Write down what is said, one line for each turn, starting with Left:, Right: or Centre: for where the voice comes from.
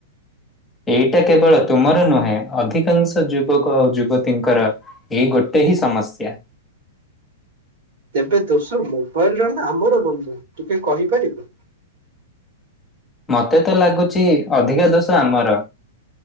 Left: ଏଇଟା କେବଳ ତୁମର ନୁହେଁ ଅଧିକାଂଶ ଯୁବକ ଆଉ ଯୁବତୀଙ୍କର ଏଇ ଗୋଟେ ହିଁ ସମସ୍ୟା
Right: ହ ତେବେ ଦୋସ ମୋବାଇଲ ର ଆମର ବନ୍ଧୁ ତୁ କି କହିପାରିବୁ
Left: ମୋତେ ତ ଲାଗୁଛି ଅଧିକା ଦୋଷ ଆମର